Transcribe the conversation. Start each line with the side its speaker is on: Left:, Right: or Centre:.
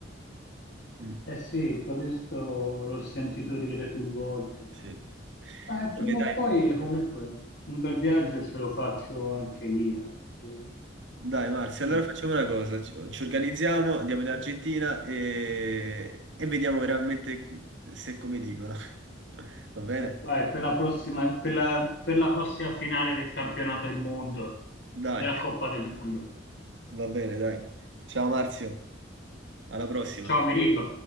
Right: Mm.
Left: Eh sì, codesto l'ho sentito dire più volte.
Right: Sì.
Left: Ma eh, prima
Right: Ok,
Left: o
Right: dai.
Left: poi, comunque, un bel viaggio ce lo faccio anche lì, anche,
Right: Dai Marzia, allora
Left: anche
Right: facciamo una cosa,
Left: lì.
Right: ci, ci organizziamo, andiamo in Argentina e, e vediamo veramente se è come dicono. <laughs> Va bene?
Left: Vai, per la prossima, per la, per la prossima finale del campionato del mondo,
Right: Dai,
Left: della Coppa del Mondo.
Right: va bene, dai. Ciao Marzio, alla prossima.
Left: Ciao, Amerigo.